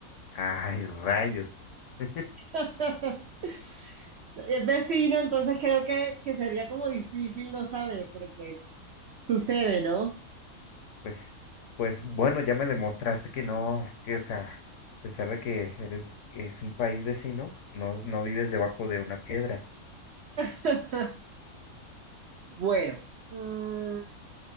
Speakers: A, on the left; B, on the right.
A: Ay, rayos. <laughs>
B: <laughs> Es vecino, entonces creo que, que sería como difícil no saber, pero pues sucede, ¿no?
A: Pues, pues bueno, ya me demostraste que no, que, o sea, a pesar de que eres, es un país vecino, no, no vives debajo de una piedra.
B: <laughs> Bueno, mm,